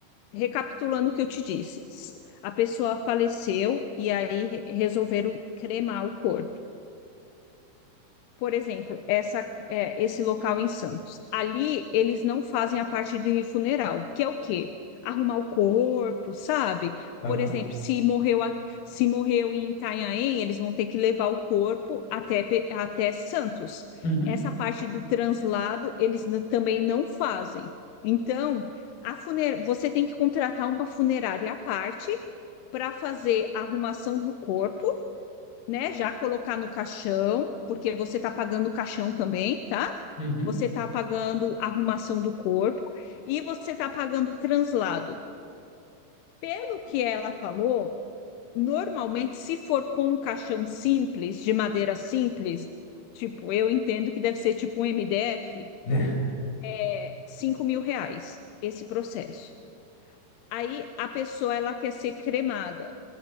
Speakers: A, on the left; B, on the left.
A: Recapitulando o que eu te disse, a pessoa faleceu e aí resolveram cremar o corpo. por exemplo, essa, é, esse local em Santos. Ali eles não fazem a parte de funeral, que é o quê? Arrumar o corpo, sabe?
B: aham.
A: Por exemplo, se morreu, a- se morreu em Itanhaém, eles vão ter que levar o corpo até, Pe- até Santos.
B: uhum,
A: Essa parte do translado eles n- também não fazem. Então, a funer você tem que contratar uma funerária à parte para fazer a arrumação do corpo né, já colocar no caixão, porque você está pagando o caixão também, tá?
B: uhum.
A: Você está pagando a arrumação do corpo e você está pagando o translado. Pelo que ela falou, normalmente, se for com um caixão simples, de madeira simples, tipo, eu entendo que deve ser tipo um MDF,
B: <laughs> Né?
A: é cinco mil reais esse processo. Aí a pessoa ela quer ser cremada.